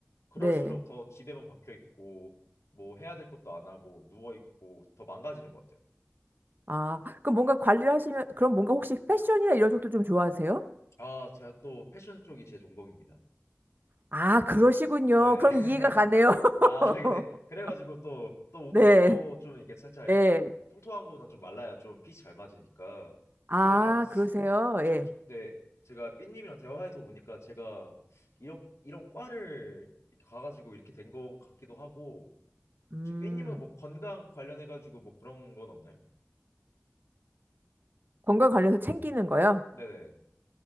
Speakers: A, on the left (about 80°); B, on the right (about 45°).
A: 그럴수록
B: 네.
A: 더 집에만 박혀 있고 뭐 해야 될 것도 안 하고 누워 있고 더 망가지는 것 같아요.
B: 아, 그럼 뭔가 관리를 하시면, 그럼 뭔가 혹시 패션이나 이런 쪽도 좀 좋아하세요?
A: 아, 제가 또 패션 쪽이 제 전공입니다.
B: 아, 그러시군요.
A: 네.
B: 그럼
A: <laughs>
B: 이해가 가네요. <laughs>
A: 아, 근데 그래가지고 또 또 옷핏도
B: 네,
A: 좀 이렇게 살짝
B: 네.
A: 이렇게 통통한 거보다좀 말라야 좀 핏이 잘 맞으니까.
B: 아,
A: 그래 아,
B: 그러세요.
A: 저
B: 예.
A: 네. 제가 삐님이랑 대화해서 보니까 제가 이런 이런 과를 이렇게 가가지고 이렇게 된 것 같기도 하고
B: 음,
A: 혹시 삐님은 뭐 건강 관련해가지고 뭐 그런 건 없나요?
B: 건강 관련해서 챙기는 거요?
A: 네네.